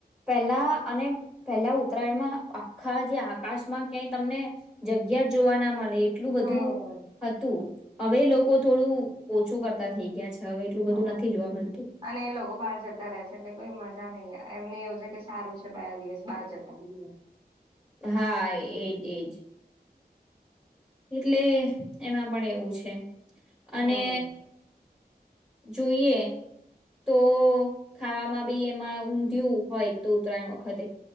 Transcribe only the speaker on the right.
હમ
હા,
અને એ લોકો બહાર જતા રહે છે. એટલે કોઈ મજા મજા નહી. એમને એવું છે કે સારું છે બે દિવસ બહાર જતા રહીયે
હમ